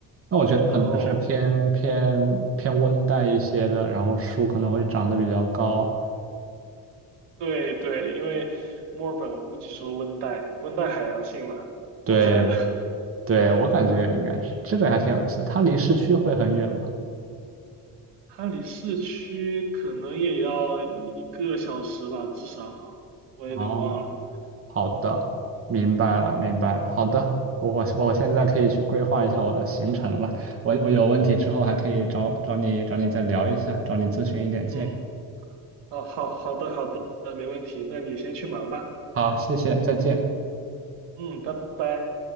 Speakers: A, on the right; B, on the right.
A: 那我觉得可能是偏偏偏温带一些的，
B: 对，然后
A: 然后树可能会长得比较高。
B: 对对，因为墨尔本我估计是温带，温带海洋性嘛，
A: 对
B: 我猜的。<laughs>
A: 对，我感觉应该是这个还挺有意思的。
B: 嗯，
A: 它离市区会很远吗？
B: 它离市区可能也要一个小时吧，至少我有点忘了。
A: 哦好的，明白了，明白了。好的，我我我现在可以去规划一下我的行程了。我我有问题之后还可以找找你找你再聊一下，找你咨询一点建议。
B: 嗯，哦，好好的好的，呃没问题，那你先去忙吧。
A: 好，谢谢，再见。
B: 嗯，拜拜。